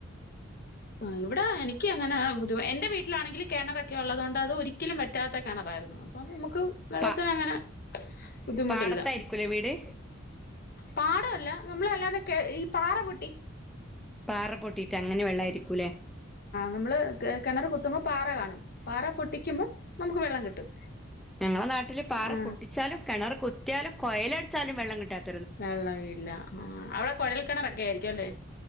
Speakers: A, on the left; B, in the centre.
A: ആ ഇവിടെ എനിക്ക് അങ്ങനെ ബുദ്ധി എന്റെ വീട്ടിലാണെങ്കിൽ കിണറൊക്കെ ഉള്ളതുകൊണ്ട് അത് ഒരിക്കലും വറ്റാത്ത കിണറായിരുന്നു. അപ്പൊ നമക്ക് വെള്ളത്തിന്
B: പ
A: അങ്ങനെ ബുദ്ധിമുട്ടില്ല.
B: പാടത്തായിരിക്കൂലേ വീട്
A: പാടവല്ല നമ്മളല്ലാതെ ഈ പാറ പൊട്ടി
B: പാറ പൊട്ടിട്ട് അങ്ങനെ വെള്ള ആയിരിക്കൂലേ?
A: നമ്മൾ കിണറ് കുത്തുമ്പോ പാറ കാണും പാറ പൊട്ടിക്കുമ്പം നമുക്ക് വെള്ളം കിട്ടും.
B: ഞങ്ങളെ നാട്ടില് പാറ
A: ആ
B: പൊട്ടിച്ചാലും കിണർ കുത്തിയാലും കൊയലടിച്ചാലും വെള്ളം കിട്ടാത്ത
A: വെള്ളമില്ല ആ അവിടെ കുഴൽ കിണ റൊക്കെ ആയിരിക്കുംല്ലേ?